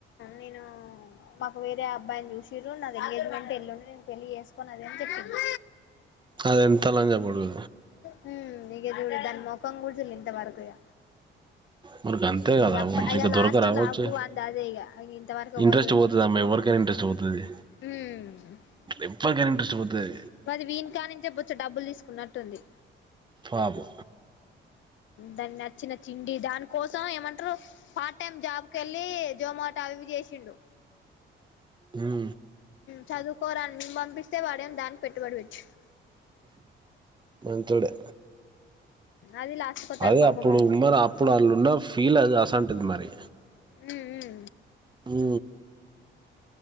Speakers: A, on the left; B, on the right.
A: నేనూ. మాకు వేరే అబ్బాయిని చూసిర్రు నాది ఎంగేజ్మెంట్ ఎల్లుండి నేను పెళ్ళి చేసుకోను అదని చెప్పింది.
B: కాదు ఎంత! !!!!!!!!! అది.
A: హ్ము ఇగ చూడు దాని మొఖం కూడా చూడలే ఇంత వరకు ఇగ.
B: మరి గంతె గదా
A: ఇగ అప్ప
B: <unintelligible>
A: ఇగ
B: ఇక దొరక
A: లాస్ట్
B: రావొచ్చే.
A: లావు అంది అదే ఇగ ఇంతవరకు ఎవ్వరి
B: ఇంట్రెస్ట్ పోతది అమ్మే ఎవరికైనా. ఇంట్రెస్ట్ పోతది.
A: హ్మూ
B: ఎవ్వరికైనా ఇంట్రెస్ట్ పోతది
A: అది వీన్నీ కాడి నుంచే బొచ్చెడ్ డబ్బులు తీసుకున్నట్టుంది.
B: పాబు
A: దానికి నచ్చిన చిండి దాని కోసం ఏమంటారు పార్ట్ టైమ్ జాబ్ కెళ్ళి జోమోట్ టావి చేసిండు
B: ఉ
A: చదువుకోరా అని మేమ్ పంపిస్తే వాడేమ్ దానికి పెట్టుబడి పెట్టిండు.
B: మంచోడే
A: అది లాస్ట్ కొత్తరకు
B: అదే
A: కొంప
B: అప్పుడు
A: ముంచింది
B: వున్నారు అప్పుడు ఆలున్న ఫీల్ అది అసంటిది మరి.
A: ఉ ఉ
B: ఉ